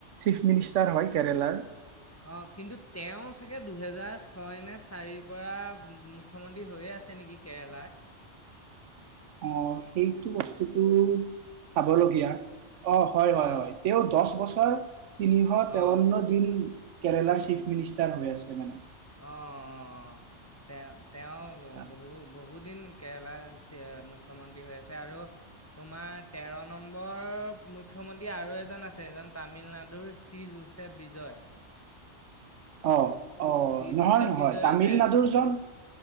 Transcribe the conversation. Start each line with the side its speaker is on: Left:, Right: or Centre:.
Right: চিফ মিনিষ্টাৰ হয় কেৰেলাৰ।
Left: অ, কিন্তু তেওঁ চাগে দুহেজাৰ ছয় নে চাৰিৰ পৰা মুখ্যমন্ত্ৰী হৈয়ে আছে নেকি কেৰেলাৰ?
Right: অ, সেইটো বস্তুটো চাবলগীয়া। অ। হয়। হয়।
Left: অঁ
Right: হয়। তেওঁ দছ বছৰ ছ <inaudible> তিনিশ তেৱন্ন
Left: অঁ
Right: দিন কেৰেলাৰ চিফ মিনিষ্টাৰ হৈ আছে মানে
Left: অঁ তেওঁ তেওঁ
Right: আচ্ছা
Left: বহু বহুদিন কেৰেলাৰ মুখ্যমন্ত্ৰী হৈ আছে আৰু তোমাৰ তেৰ নম্বৰ মুখ্যমন্ত্ৰী আৰু এজন আছে এজন তামিলনাডুৰ চিজোছে বিজয়
Right: অঁ
Left: চি
Right: অঁ
Left: চি
Right: নহয়
Left: জোচেফ
Right: নহয়
Left: বিজয়ো
Right: তামিলনাডুৰ
Left: তেৰ
Right: জন